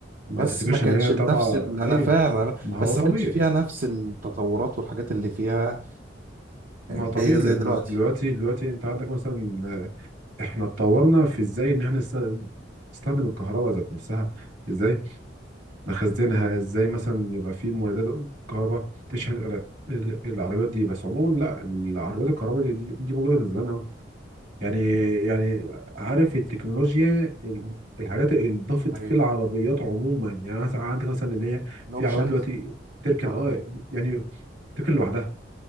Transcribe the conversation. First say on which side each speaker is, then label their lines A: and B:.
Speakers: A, on the right; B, on the right.
A: ما
B: بس
A: تفتكرش
B: ما كانتش
A: ان هي تبع
B: بنفس ال... انا
A: ايوه
B: فاهم أنا...
A: ما هو
B: بس
A: طبيعي
B: ما كانتش فيها نفس التطورات والحاجات اللي فيها
A: ما
B: اللي
A: طبيعي
B: هي
A: لانك
B: زي دلوقتي
A: دلوقتي دلوقتي انت عندك مثلا آه، احنا اتطورنا في ازاي ان احنا نست- نستخدم الكهرباء ذات نفسها ازاي نخزنها ازاي مثلا يبقى في مولدات كهرباء تشحن ال- ال- العربيات دي بس عموما لا العربيات الكهرباء دي, دي دي موجوده من زمان قوي يعني يعني عارف التكنولوجيا ال-
B: مم.
A: الحاجات اللي اتضافت
B: ايوه
A: في العربيات عموما يعني مثلا عندك مثلا اللي هي
B: الاوبشنز
A: في عربيات دلوقتي تركن
B: اه
A: اه يعني تركن لوحدها